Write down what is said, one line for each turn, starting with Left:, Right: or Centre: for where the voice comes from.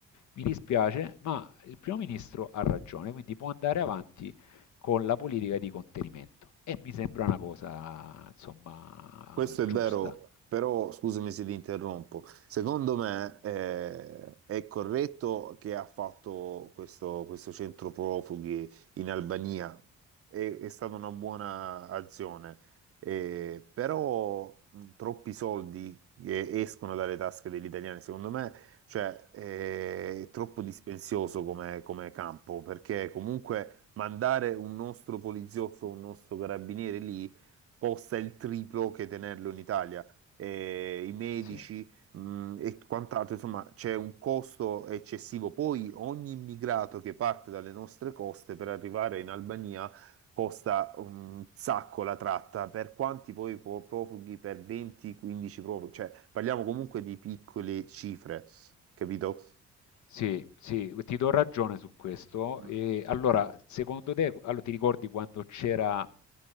Left: mi dispiace, ma il primo ministro ha ragione, quindi può andare avanti con la politica di contenimento. E mi sembra una cosa, insomma,
Right: Questo è
Left: giusta.
Right: vero, però scusami se ti interrompo. Secondo me eh, è corretto che ha fatto questo, questo centro profughi in Albania. È, è stata una buona azione, Eh, però mh, troppi soldi che escono dalle tasche degli italiani, secondo me, cioè, eh, è troppo dispensioso come, come campo, perché comunque mandare un nostro poliziotto, un nostro carabiniere lì costa il triplo che tenerlo in Italia. Eh, i medici,
Left: Sì,
Right: mh, e quant'altro, insomma, c'è un costo eccessivo. Poi ogni immigrato che parte dalle nostre coste per arrivare in Albania costa un sacco la tratta. Per quanti poi po- profughi? Per 20-15 profughi, cioè parliamo comunque di piccole cifre, capito?
Left: Sì, sì, ti do ragione su questo.
Right: Mm.
Left: E allora, secondo te, allora, ti ricordi quando c'era